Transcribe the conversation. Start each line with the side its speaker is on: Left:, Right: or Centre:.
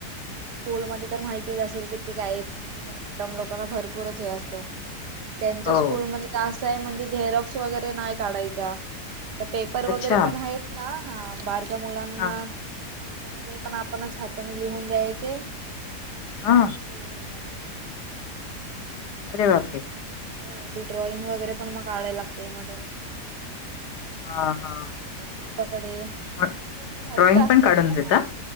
Right: स्कूलमध्ये तर माहितीच असेल कि ती काय, म्हणजे त्या मॅडम लोकांना भरपूरच हे असतं त्यांच्या
Left: हो
Right: स्कूलमध्ये तर असं ए, म्हणजे झेरॉक्स वगैरे नाही काढायचा आता पेपर
Left: अच्छा
Right: वगैरे पण आहेत ना बार्क बारक्या मुलांना
Left: हा
Right: पेपर वगैरे पण आपणच हाताने लिहून द्यायचे आणि
Left: हा
Right: मग ते करणार
Left: अरे बापरे
Right: मग हो ती ड्रॉइंग वगैरे पण मग काढायला लागते मग ड्रॉइंग पण माझी चांगली आहे ना मगत
Left: हा हा
Right: देतात माझ्याकडे
Left: हा
Right: आणि मग काही मी घरीच
Left: ड्रॉइंग
Right: असते
Left: पण काढून
Right: ना, कमाल
Left: देता